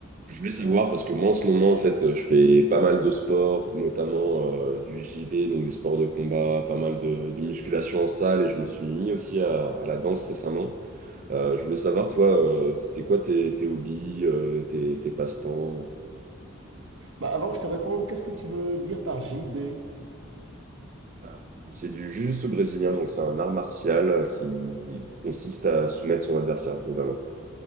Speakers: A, on the right; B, on the right.
A: Je voulais savoir parce que moi en ce moment en fait euh, je fais pas mal de sports, notamment euh, du JB, donc des sports de combat, pas mal de, de musculation en salle et je me suis mis aussi à, à la danse récemment. Euh, je voulais savoir toi, euh, c'était quoi tes, tes hobbies, euh, tes, tes passe-temps?
B: Bah, avant que je te réponde, qu'est-ce que tu veux dire par J B
A: Ah. C'est du jiu-jitsu brésilien, donc c'est un art martial euh, qui consiste à soumettre son adversaire, globalement.